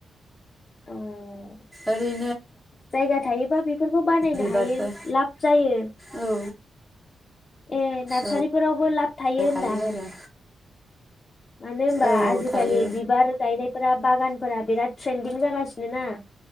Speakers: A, on the left (about 35°); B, in the centre.
A: अह
B: ओरै
A: जायगा थायोबा बेफोरखौ बानायनो
B: बिबारफोर
A: हायो लाब जायो।
B: औ
A: ए नार्सारिफोरावबो
B: औ
A: लाब थायो
B: औ
A: होनदां।
B: हायो आरो
A: मानो होमबा
B: औ
A: आजिखालि
B: थायो
A: बिबार गायनाय फोरा बागानफोरा बिराद ट्रेन्दिं जागासिनो ना।